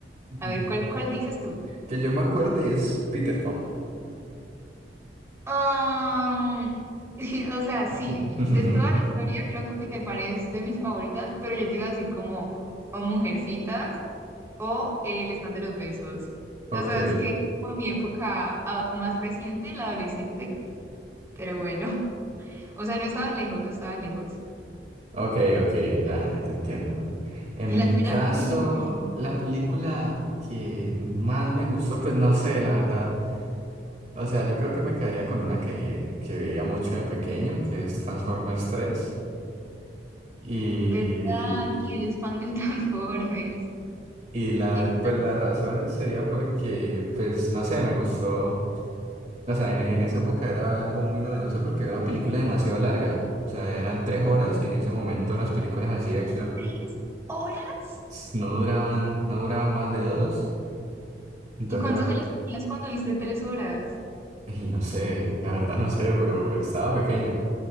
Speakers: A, on the right; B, on the right.
A: Mm,
B: A ver, ¿cuál, cuál dices tú?
A: Que yo me acuerde es Peter Pan.
B: Um, <laughs> o sea, sí,
A: <laughs>
B: de toda la historia creo que Peter Pan es de mis favoritas, pero yo te iba a decir como, o Mujercitas. O el stand de los besos.
A: Ok,
B: O sea, es que como mi época ah, más reciente, la adolescente, pero bueno. <laughs> O sea, no estaba lejos, no estaba lejos.
A: ok, ok, ya, ya te entiendo. En
B: ¿Y la
A: mi
B: tuya?
A: caso,
B: ¿Cuál es tu peli?
A: la película que más me gustó, pues no sé, la verdad. O sea, yo creo que me quedaría con una que, que veía mucho de pequeño, que es Transformers tres Y,
B: ¿Verdad que eres fan del <laughs> Transformers?
A: y la,
B: ¿Y cuántas-
A: pues las razones sería porque, pues no sé, me gustó. O sea, en, en esa época era algo muy novedoso porque era una película demasiado larga. O sea, eran tres horas y en ese momento las películas así de acción
B: tres horas?
A: s- no duraban, no duraban más de dos. Entonces
B: ¿Y cuántos
A: era,
B: años tenías cuando viste tres horas?
A: y no sé, la verdad no sé, pero estaba pequeño.